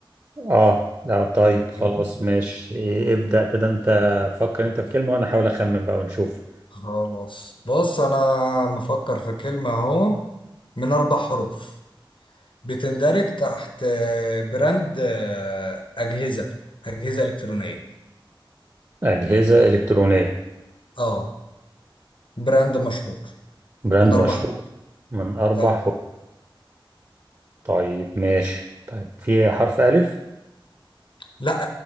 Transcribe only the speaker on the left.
جميل.
خلاص بص انا مفكر في كلمة اهو من اربع حروف بتندرج تحت آه، براند آه، اجهزة اجهزة الكترونية
اه براند مشهور
من اربع
حروف
اه
لا